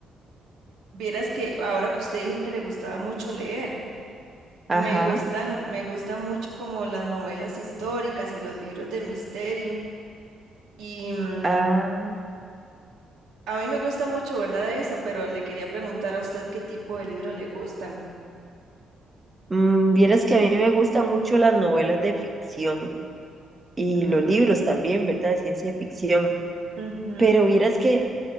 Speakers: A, on the right; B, on the right.
A: vieras que ahora que usted dijo que le gustaba mucho leer, me
B: Ajá.
A: gustan, me gustan mucho como las novelas históricas y los libros de misterio. Y, mm,
B: Ah.
A: A mí me gusta mucho, ¿verdad? Eso, pero le quería preguntar a usted qué tipo de libros le gustan.
B: Mm, vieras que a mí me gustan mucho las novelas de ficción y
A: Ah,
B: los libros también, ¿verdad? De ciencia ficción.
A: Ujú,
B: Pero vieras que,